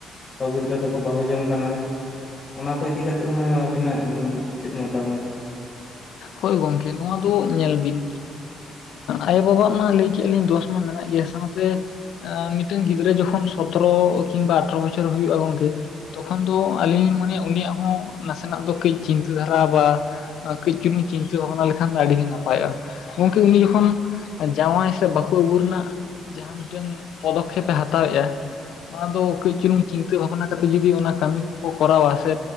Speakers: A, on the left; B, on the left.
A: ᱵᱟᱹᱵᱩ ᱜᱤᱫᱽᱨᱟᱹ ᱫᱚᱠᱚ ᱵᱟᱹᱦᱩ ᱡᱚᱝ ᱠᱟᱱᱟ᱾ ᱚᱱᱟ ᱠᱚ ᱤᱫᱤ ᱠᱟᱛᱮᱫ ᱦᱚᱸ ᱟᱵᱤᱱᱟᱜ ᱪᱮᱫ ᱢᱚᱛᱟᱢᱚᱛ᱾
B: ᱦᱳᱭ ᱜᱚᱝᱠᱮ ᱱᱚᱣᱟ ᱫᱚ ᱧᱮᱞ ᱵᱤᱱ ᱟᱭᱳᱼᱵᱟᱵᱟᱜ ᱢᱟ ᱞᱟᱹᱭ ᱠᱮᱫ ᱞᱤᱧ ᱫᱚᱥ ᱢᱟ ᱢᱮᱱᱟᱜ ᱜᱮᱭᱟ ᱥᱟᱶᱛᱮ ᱢᱤᱫᱴᱮᱱ ᱜᱤᱫᱽᱨᱟᱹ ᱡᱚᱠᱷᱚᱱ ᱥᱚᱛᱨᱚ ᱠᱤᱝᱵᱟ ᱟᱴᱷᱨᱚ ᱵᱚᱪᱷᱚᱨ ᱦᱩᱭᱩᱜᱼᱟ ᱜᱚᱝᱠᱮ ᱛᱚᱠᱷᱚᱱ ᱫᱚ ᱟᱹᱞᱤᱧ ᱞᱤᱧ ᱢᱚᱱᱮᱭᱟ ᱩᱱᱤᱭᱟᱜ ᱦᱚᱸ ᱱᱟᱥᱮᱱᱟᱜ ᱫᱚ ᱠᱟᱹᱡ ᱪᱤᱱᱛᱟᱹ ᱫᱷᱟᱨᱟ ᱵᱟ ᱠᱟᱹᱡ ᱪᱩᱞᱩᱝ ᱪᱤᱱᱛᱟᱹ ᱵᱷᱟᱵᱽᱱᱟ ᱞᱮᱠᱷᱟᱱ ᱫᱚ ᱟᱹᱰᱤ ᱜᱮ ᱱᱟᱯᱟᱭᱚᱜᱼᱟ, ᱜᱚᱝᱠᱮ ᱩᱱᱤ ᱡᱚᱠᱷᱚᱱ ᱡᱟᱶᱟᱭ ᱥᱮ ᱵᱟᱹᱦᱩ ᱟᱹᱜᱩ ᱨᱮᱱᱟᱜ ᱡᱟᱸᱦᱟᱸ ᱢᱤᱫᱴᱮᱱ ᱯᱚᱫᱚᱠᱷᱮᱯᱮ ᱦᱟᱛᱟᱣ ᱮᱜ-ᱟᱭ ᱚᱱᱟ ᱫᱚ ᱠᱟᱹᱡ ᱪᱩᱞᱩᱝ ᱪᱤᱱᱛᱟᱹ ᱵᱷᱟᱵᱱᱟ ᱠᱟᱛᱮᱫ ᱡᱚᱫᱤ ᱚᱱᱟ ᱠᱟᱹᱢᱤ ᱠᱚᱠᱚ ᱠᱚᱨᱟᱣᱟ ᱥᱮ